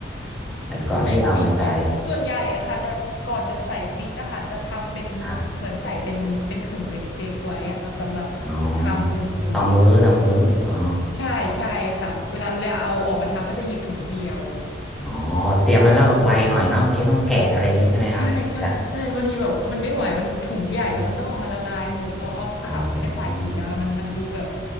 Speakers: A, in the centre; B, on the left.
A: แบบก่อนที่เอามาใช้
B: ก็ใส่ฟีดไว้ค่ะส่วนใหญ่อะค่ะจะก่อนจะใส่ฟีดอะค่ะจะทำเป็น
A: ครับ
B: เหมือนใส่เป็นเป็นถุงเล็กๆไว้อะค่ะสำหรับ
A: อ๋อ
B: ทำหนึ่งมื้อ
A: ต่อมื้อต่อมื้ออ๋อ
B: ใช่ใช่ค่ะเวลาเราเอาออกมาทำก็จะหยิบถุงเดียว
A: อ๋อเตรียมไว้แล้วแบบไวหน่อยเนาะบางทีต้องแกะอะไรอย่างนี้ใช่ไหมครับมันจะ
B: ใช่ใช่ใช่บางทีแบบมันไม่ไหวมันถุงใหญ่แล้วมันต้องเอามาละลายหมดเราเอากลับไปใส่อีกอะมันมันดูแบบ
A: อ๋ออ๋ออืม